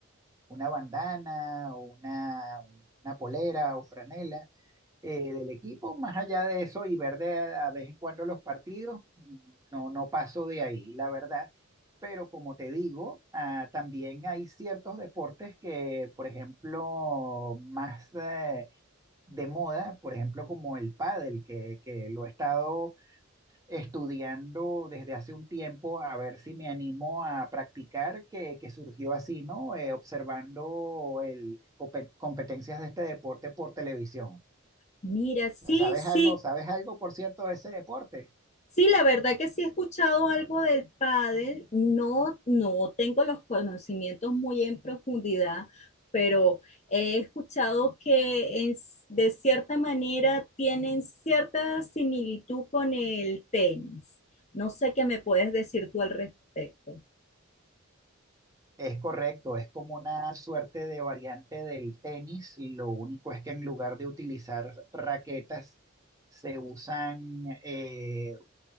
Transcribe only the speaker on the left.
Mira, sí,
sí.
Sí, la verdad que sí he escuchado algo del pádel. No, no tengo los conocimientos muy en profundidad, pero he escuchado que en- s- de cierta manera tienen cierta similitud con el tenis. No sé qué me puedes decir tú al respecto.